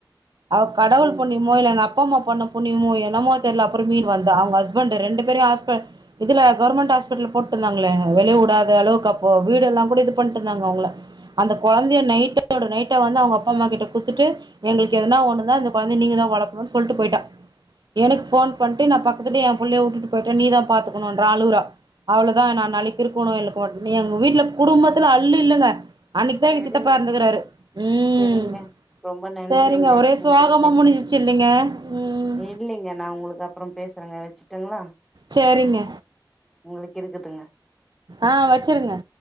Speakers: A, on the right (about 60°); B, in the centre.
A: அவ கடவுள்
B: ம்
A: புண்ணியமொ இல்ல அப்பா அம்மா பண்ண புண்ணியமோ என்னமோ தெரியல அப்புற மேல் வருது அவங்க ஹஸ்பண்ட் ரெண்டு பேர இதுல கவர்ர்மெண்ட் ஹாஸ்பிடல் போட்டுருந்தாங்களே வெளிலவுடாத அளவுக்கு அப்போ வீடு எல்லாம் கூட இது பண்ணட்டுருந்தாங்க அவங்கள அந்த குழந்தைய நைட்டோட நைட் வந்து அவங்க அப்பா அம்மா கிட்ட குடுத்துட்டு எங்களுக்கு எதனா ஒண்ணுனா கொழந்தைய வந்து நீங்க தான் வளர்க்கணும்னு சொல்லிட்டு போயிட்டா எனக்கு போன் பண்ணிட்டு நான் பக்கத்துலயே என் புள்ளைய விட்டுட்டு போயிட்டன் நீதான் பாத்துக்கணும்றா அழுவுறா அவ்ளதான் நான் நாளைக்கு இருப்பேனோ இல்லையோ எங்க வீட்ல குடும்பத்துல அள்ளு இல்லங்க அன்னைக்குதா
B: சரிங்க
A: எங்க சித்தப்பா எறந்திருக்கிறாரு ம்
B: செரிங்க ரொம்ப நன்றிங்க
A: செரிங்க ஒரே
B: என்
A: சோகமா
B: கூட பேசுனதுக்கு
A: முடிஞ்சிரிச்சு இல்லலைங்க ம்
B: இல்லைங்க நா உங்களுக்கு அப்புறம் பேசுறேங்க வச்சுட் வெச்சுரட்டும்ங்களா
A: சேரிங்க
B: உங்களுக் இருக்கட்டும்ங்க
A: ஆ வச்சருங்க